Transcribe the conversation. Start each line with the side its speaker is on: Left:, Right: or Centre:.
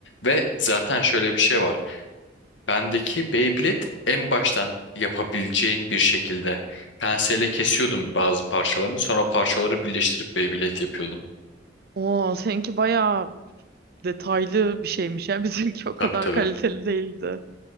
Left: ve zaten şöyle bir şey var. Bendeki Beyblade en baştan yapabileceğin bir şekilde penseyle kesiyordum bazı parçalarını. Sonra o parçaları birleştirip Beyblade yapıyordun.
Right: o seninki bayağı detaylı bir şeymiş ya <laughs> bizimki o
Left: Tabii
Right: kadar
Left: tabii.
Right: kaliteli değildi.